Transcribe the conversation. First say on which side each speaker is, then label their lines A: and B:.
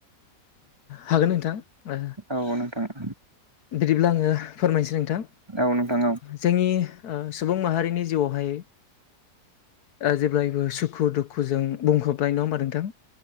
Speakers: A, on the left; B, on the right.
A: हागोन नोंथां। ओ
B: औ नोंथां।
A: बिदिब्ला आङो फोरमायनोसै नोंथां।
B: औ नोंथां औ
A: जोंनि ओ सुबुं माहारिनि जिउआवहाय जेब्लायबो सुखु दुखुजों बुंफबनाय नङा होमबा नोंथां?